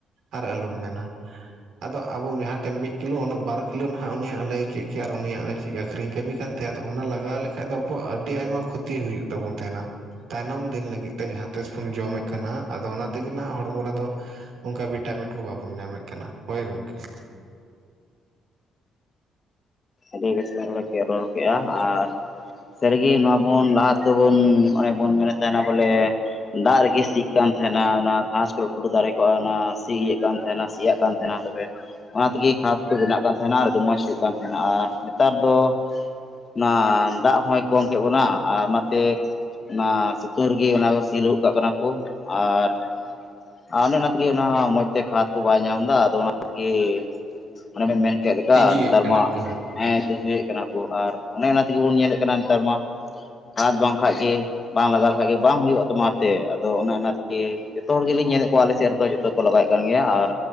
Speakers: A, on the right; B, on the left.
A: ᱟᱨ ᱟᱞᱚᱢ ᱢᱮᱱᱟ, ᱟᱫᱚ ᱟᱵᱚ ᱡᱟᱦᱟᱸ ᱴᱷᱮᱱ ᱢᱤᱫ ᱠᱤᱞᱳ ᱚᱱᱟ ᱵᱟᱨ ᱠᱤᱞᱳ ᱱᱟᱦᱟᱸᱜ ᱩᱱᱤᱭᱟᱜ ᱞᱟᱹᱭ ᱠᱮᱫ ᱜᱮᱭᱟ ᱟᱨ ᱩᱱᱤᱭᱟᱜ ᱪᱮᱫ ᱟᱹᱠᱷᱨᱤᱧ ᱠᱟᱹᱢᱤ <unintelligible> ᱚᱱᱟ ᱞᱟᱜᱟᱣ ᱞᱮᱠᱷᱟᱡ ᱫᱚ ᱟᱵᱚᱣᱟᱜ ᱟᱹᱰᱤ ᱟᱭᱢᱟ ᱠᱷᱚᱛᱤ ᱦᱩᱭᱩᱜ ᱛᱟᱵᱚᱱ ᱛᱟᱦᱮᱸᱱᱟ᱾ ᱛᱟᱭᱱᱚᱢ ᱫᱤᱱ ᱞᱟᱹᱜᱤᱫ ᱛᱮ ᱡᱟᱦᱟᱸ ᱛᱤᱥ ᱵᱚᱱ ᱡᱚᱢᱮᱫ ᱠᱟᱱᱟᱜ ᱟᱫᱚ ᱚᱱᱟ ᱛᱮᱜᱮ ᱱᱟᱦᱟᱸᱜ ᱦᱚᱲᱢᱚ ᱨᱮᱫᱚ ᱚᱱᱠᱟ ᱵᱷᱤᱴᱟᱢᱤᱱ ᱠᱚ ᱵᱟᱵᱚᱱ ᱧᱟᱢᱮᱫ ᱠᱟᱱᱟ ᱦᱳᱭ ᱜᱚᱝᱠᱮ᱾
B: ᱟᱹᱰᱤᱥ ᱵᱮᱥᱵᱮᱱ ᱨᱚᱲ ᱠᱮᱜᱼᱟ ᱟᱨ ᱥᱟᱹᱨᱤᱜᱮ ᱱᱚᱣᱟ ᱵᱚᱱ ᱞᱟᱦᱟ ᱛᱮᱫ ᱵᱚᱱ ᱚᱱᱮ ᱵᱚᱱ ᱢᱮᱱᱮᱫ ᱛᱟᱦᱮᱸᱱᱟ ᱵᱚᱞᱮ ᱫᱟᱜ ᱨᱮᱜᱮ ᱥᱤᱜ ᱠᱟᱱ ᱛᱟᱦᱮᱸᱱᱟ ᱚᱱᱟ ᱜᱷᱟᱥ ᱠᱚᱞ ᱴᱩᱰᱩ ᱫᱟᱨᱮ ᱠᱚᱜᱼᱟ ᱚᱱᱟ ᱥᱤᱭᱮᱫ ᱠᱟᱱ ᱛᱟᱦᱮᱸᱱᱟ ᱥᱤᱭᱟᱜ ᱠᱟᱱ ᱛᱟᱦᱮᱸᱱᱟ ᱛᱚᱵᱮ ᱚᱱᱟ ᱛᱮᱜᱮ ᱠᱷᱟᱫ ᱠᱚ ᱵᱮᱱᱟᱜ ᱠᱟᱱ ᱛᱟᱦᱮᱸᱱᱟ ᱟᱨ ᱟᱹᱰᱤ ᱢᱚᱡᱽ ᱦᱩᱭᱩᱜ ᱠᱟᱱ ᱛᱟᱦᱮᱸᱱᱟ, ᱟᱨ ᱱᱮᱛᱟᱨ ᱫᱚ ᱚᱱᱟ ᱫᱟᱜ ᱦᱚᱸᱭ ᱠᱚᱢ ᱠᱮᱫ ᱵᱚᱱᱟ ᱟᱨ ᱚᱱᱟᱛᱮ ᱚᱱᱟ ᱥᱤᱛᱩᱝ ᱨᱮᱜᱤ ᱚᱱᱟ ᱠᱚ ᱥᱤ ᱞᱟᱦᱩᱫ ᱠᱟᱜ ᱠᱟᱱᱟ ᱠᱚ ᱟᱨ ᱟᱨ ᱚᱱᱮ ᱚᱱᱟ ᱛᱮᱜᱮ ᱚᱱᱟ ᱢᱚᱸᱡᱽ ᱛᱮ ᱠᱷᱟᱫᱽ ᱠᱚ ᱵᱟᱭ ᱧᱟᱢ ᱮᱫᱟ ᱟᱫᱚ ᱚᱱᱟ ᱛᱮᱜᱮ ᱚᱱᱮ ᱵᱮᱱ ᱢᱮᱱ ᱠᱮᱫ ᱞᱮᱠᱟ
A: ᱛᱤᱡᱩᱭᱮᱫ
B: ᱱᱮᱛᱟᱨ
A: ᱠᱟᱱᱟ
B: ᱢᱟ
A: ᱠᱚ
B: ᱦᱮᱸ ᱛᱤᱡᱩᱭᱮᱫ ᱠᱟᱱᱟ ᱠᱚ ᱟᱨ ᱚᱱᱮ ᱚᱱᱟ ᱛᱮᱜᱮ ᱵᱚᱱ ᱧᱮᱞᱮᱫ ᱠᱟᱱᱟ ᱱᱮᱛᱟᱨ ᱢᱟ ᱠᱷᱟᱛ ᱵᱟᱝ ᱠᱷᱟᱡ ᱜᱮ ᱵᱟᱝ ᱞᱟᱜᱟᱣ ᱞᱮᱠᱷᱟᱡ ᱜᱮ ᱵᱟᱝ ᱦᱩᱭᱩᱜᱼᱟ ᱛᱟᱢᱟ ᱥᱮ ᱟᱫᱚ ᱚᱱᱮ ᱚᱱᱟ ᱠᱷᱟᱛᱤᱨ ᱡᱷᱚᱛᱚ ᱦᱚᱲ ᱜᱮᱞᱤᱧ ᱧᱮᱞᱮᱫ ᱠᱚᱣᱟ ᱟᱞᱮ ᱥᱮᱫ ᱨᱮᱫᱚ ᱡᱷᱚᱛᱚ ᱠᱚ ᱞᱟᱜᱟᱣᱮᱫ ᱠᱟᱱ ᱜᱮᱭᱟ ᱟᱨ